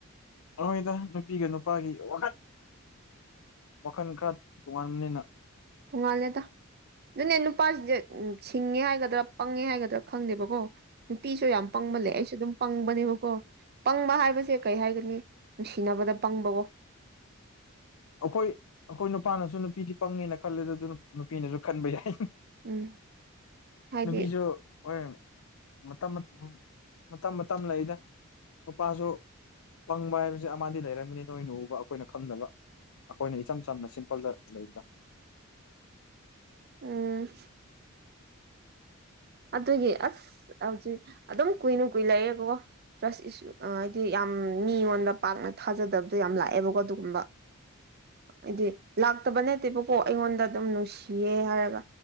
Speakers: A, on the left (about 85°); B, on the right (about 50°).
A: ꯍꯣꯏꯗ ꯅꯨꯄꯤꯒ ꯅꯨꯄꯥꯒꯤ ꯋꯥꯈꯜ ꯋꯥꯈꯟ ꯈꯔ ꯇꯣꯉꯥꯟꯕꯅꯤꯅ
B: ꯇꯣꯉꯥꯜꯂꯦꯗ ꯑꯗꯨꯅꯦ ꯅꯨꯄꯥꯁꯤꯡꯁꯦ ꯁꯤꯡꯉꯦ ꯍꯥꯏꯒꯗ꯭ꯔꯥ ꯄꯪꯉꯦ ꯍꯥꯏꯒꯗ꯭ꯔꯥ ꯈꯪꯗꯦꯕꯀꯣ ꯅꯨꯄꯤꯁꯨ ꯌꯥꯝ ꯄꯪꯕ ꯂꯩ ꯑꯩꯁꯨ ꯑꯗꯨꯝ ꯄꯪꯕꯅꯦꯕꯀꯣ ꯄꯪꯕ ꯍꯥꯏꯕꯁꯦ ꯀꯩ ꯍꯥꯏꯒꯅꯤ ꯅꯨꯡꯁꯤꯅꯕꯗ ꯄꯪꯕꯀꯣ
A: ꯑꯈꯣꯏ ꯑꯈꯣꯏ ꯅꯨꯄꯥꯅꯁꯨ ꯅꯨꯄꯤꯗꯤ ꯄꯪꯉꯦꯅ ꯈꯜꯂꯦꯗ ꯑꯗꯨ ꯅꯨꯄꯤꯅꯁꯨ ꯈꯟꯕ ꯌꯥꯏ
B: ꯎꯝ ꯍꯥꯏꯗꯤ
A: ꯅꯨꯄꯤꯁꯨ ꯑꯣꯏ ꯃꯇꯝ ꯃꯠ ꯃꯇꯝ ꯃꯇꯝ ꯂꯩꯌꯦꯗ ꯅꯨꯄꯥꯁꯨ ꯄꯪꯕ ꯍꯥꯏꯕꯁꯦ ꯑꯃꯥꯗꯤ ꯂꯩꯔꯝꯒꯅꯤ ꯅꯣꯏꯅ ꯎꯕ ꯑꯩꯈꯣꯏꯅ ꯈꯪꯗꯕ ꯑꯩꯈꯣꯏꯅ ꯏꯆꯝ ꯆꯝꯅ ꯁꯤꯝꯄꯜꯗ ꯂꯩꯕꯗꯣ
B: ꯎꯝ ꯑꯗꯨꯒꯤ ꯑꯁ ꯍꯧꯖꯤꯛ ꯑꯗꯨꯝ ꯀꯨꯏꯅ ꯀꯨꯏ ꯂꯩꯌꯦ ꯑꯣ ꯇ꯭ꯔꯁ ꯏꯁꯨ ꯍꯥꯏꯗꯤ ꯌꯥꯝ ꯃꯤꯉꯣꯟꯗ ꯄꯥꯛꯅ ꯊꯥꯖꯗꯕꯗꯣ ꯌꯥꯝ ꯂꯥꯛꯑꯦꯕꯀꯣ ꯑꯗꯨꯒꯨꯝꯕ ꯍꯥꯏꯗꯤ ꯂꯥꯛꯇꯕ ꯅꯠꯇꯦꯕꯀꯣ ꯑꯩꯉꯣꯟꯗ ꯑꯗꯨꯝ ꯅꯨꯡꯁꯤꯌꯦ ꯍꯥꯏꯔꯒ